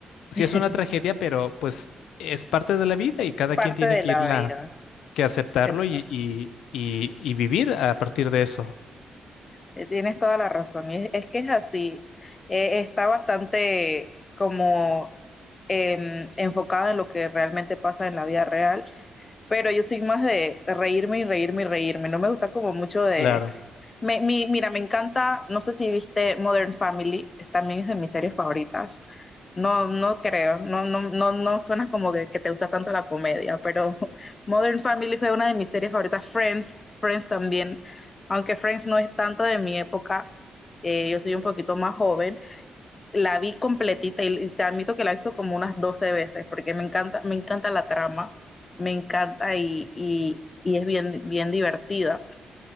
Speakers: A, on the left; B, on the left.
A: sí
B: <laughs>
A: es una tragedia, pero pues es parte de la vida y cada
B: parte
A: quien tiene
B: de
A: que
B: la
A: irla,
B: vida.
A: que aceptarlo
B: Exacto.
A: y, y, y, y vivir a partir de eso.
B: Eh, Tienes toda la razón. Y es, es que es así. Eh, está bastante como em, enfocado en lo que realmente pasa en la vida real, pero yo soy más de reírme y reírme y reírme. No me gusta como mucho de
A: Claro.
B: Me- mi- mira, me encanta, no sé si viste Modern Family, es- también es de mis series favoritas. No, no creo, no, no, no, no suena como que, que te gusta tanto la comedia, pero <laughs> Modern Family fue una de mis series favoritas. Friends, Friends también, aunque Friends no es tanto de mi época, eh, yo soy un poquito más joven. La vi completita y, y te admito que la he visto como unas 12 veces porque me encanta, me encanta la trama, me encanta y, y, y es bien, bien divertida